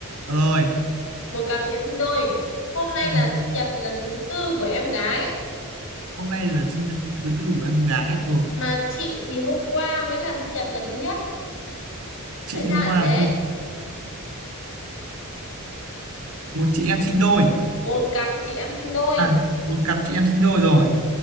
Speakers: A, on the right; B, on the left.
A: rồi
B: một cặp chị em sinh đôi hôm nay
A: ừ.
B: là sinh nhật lần thứ tư của em gái
A: hôm nay là sinh nhật thứ tư của em gái ồ
B: mà chị thì hôm qua mới là sinh nhật lần thứ nhất
A: chị
B: tại sao
A: hôm
B: lại
A: qua
B: thế
A: là một chị em sinh đôi
B: một cặp chị em sinh đôi
A: à một cặp chị em sinh đôi rồi